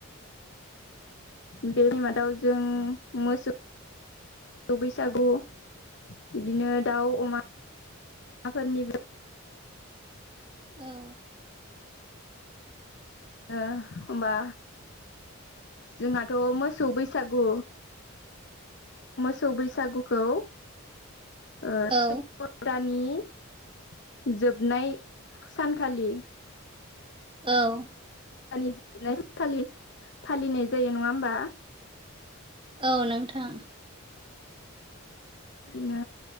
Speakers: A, on the left; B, on the right.
A: बे बिमादाव जों मोसौ बैसागु बिदिनो दाउ अमा फोरनिबो
B: औ
A: ओ होनबा जोंहाथ' मोसौ बैसागु मोसौ बैसागुखौ ओ <unintelligible>
B: औ
A: जोबनाय सानखालि
B: औ
A: लि जोबनाय सानखालि फालिनाय जायो नङा होमबा
B: औ नोंथां
A: बिदिनो